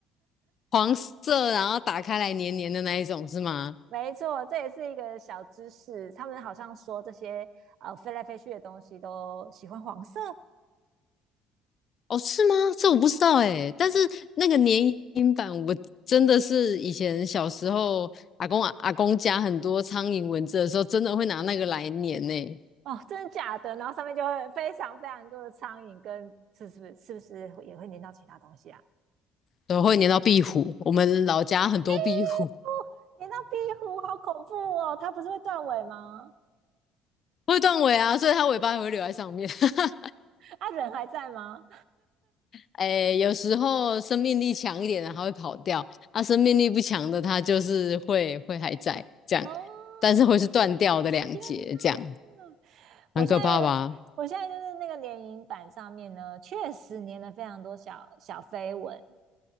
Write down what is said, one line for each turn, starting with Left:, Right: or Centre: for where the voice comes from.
Left: 黄色，然后打开来黏黏的那一种是吗？
Right: 没错，这也是一个小知识。他们好像说这些呃飞来飞去的东西都喜欢黄色，
Left: 哦，是吗？这我不知道哎，但是那个粘营版，我真的是以前小时候阿公啊阿公家很多苍蝇蚊子的时候，真的会拿那个来粘呢，
Right: 哦，真的假的？然后上面就会非常非常多的苍蝇跟，是是不是是不是也会粘到其他东西啊？
Left: 然后会粘到壁虎。我们老家很多壁虎
Right: 壁虎粘到壁虎，好恐怖哦！它不是会断尾吗？
Left: 会断尾啊，所以它尾巴也会留在上面。<laughs>
Right: 啊，人还在吗？
Left: 哎，有时候生命力强一点的它会跑掉，啊，生命力不强的它就是会会还在这样，
Right: 哦，
Left: 但是会是断掉的两节这样，
Right: 天哪！我现在
Left: 很可怕吧？
Right: 我现在就是那个联营版上面呢，确实粘了非常多小小飞蚊，